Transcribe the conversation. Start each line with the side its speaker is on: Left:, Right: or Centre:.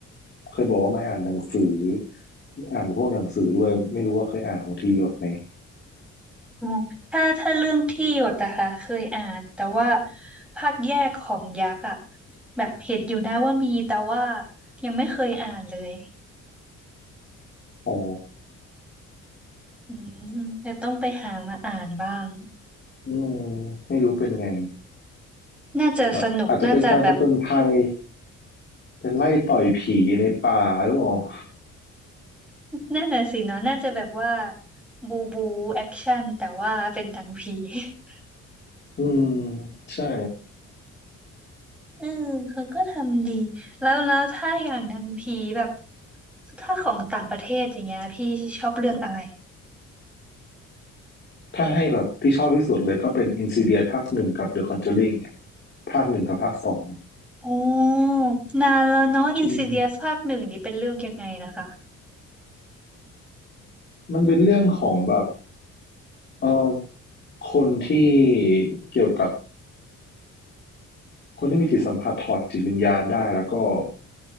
Left: เคยบอกว่าไม่อ่านหนังสืออ่านพวกหนังสือด้วยไม่รู้ว่าเคยอ่านของทีหยดไหม
Centre: อืมถ้าถ้าเรื่องที่หยดนะคะเคยอ่านแต่ว่าภาคแยกของยักษ์อะแบบเห็นอยู่นะว่ามีแต่ว่ายังไม่เคยอ่านเลย
Left: อ๋อ
Centre: อืมจะต้องไปหามาอ่านบ้าง
Left: อืมไม่รู้เป็นไง
Centre: น่าจะสนุกน่าจะแบบ
Left: แบบอาจจะเป็นการผจญภัยเป็นไล่ต่อยผีในป่าหรือเปล่า <laughs>
Centre: นั่นน่ะสิเนาะน่าจะแบบว่าบูบูแอคชั่นแต่ว่าเป็นหนังผี <laughs>
Left: อืมใช่
Centre: เออเขาก็ทำดีแล้วแล้วถ้าอย่างหนังผีแบบถ้าของต่างประเทศอย่างเงี้ยพี่ชอบเรื่องอะไร
Left: ถ้าให้แบบที่ชอบที่สุดเลยก็เป็น Insidious ภาคหนึ่งกับ The Conjuring อะภาคหนึ่งกับภาคสอง
Centre: โอ้นานแล้วเนาะอินซิเดียสภาคหนึ่งนี่เป็นเรื่องยังไงนะคะ
Left: อืมมันเป็นเรื่องของแบบเออคนที่เกี่ยวกับคนที่มีจิตสัมผัสถอดจิตวิญญาณได้แล้วก็